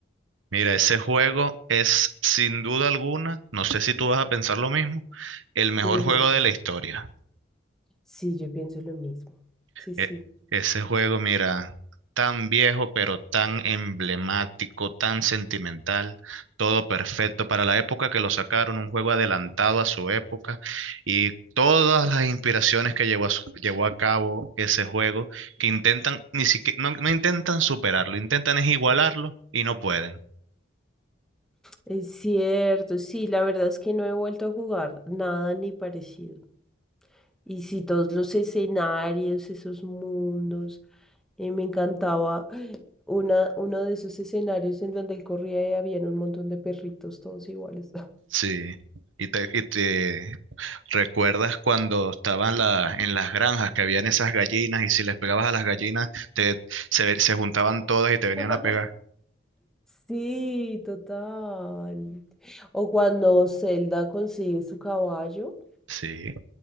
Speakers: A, on the right; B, in the centre.
A: Mira, ese juego es sin duda alguna, no sé si tú vas a pensar lo mismo, el mejor
B: Ujú.
A: juego de la historia.
B: Sí, yo pienso lo mismo. Sí, sí.
A: E- ese juego, mira, tan viejo, pero tan emblemático, tan sentimental, todo perfecto para la época que lo sacaron, un juego adelantado a su época y todas las inspiraciones que llevó a, su- llevó a cabo ese juego, que intentan, ni siquiera, no, no intentan superarlo, intentan es igualarlo y no pueden.
B: Es cierto, sí, la verdad es que no he vuelto a jugar nada ni parecido. Y sí, todos los escenarios, esos mundos, eh, me encantaba una, uno de esos escenarios en donde él corría y habían un montón de perritos todos iguales.
A: Sí, y te, y te ¿Recuerdas cuando estaban la- en las granjas que habían esas gallinas y si les pegabas a las gallinas te, se, se juntaban todas y te venían
B: <laughs>
A: a pegar?
B: Sí, total. O cuando Zelda consigue su caballo.
A: Sí.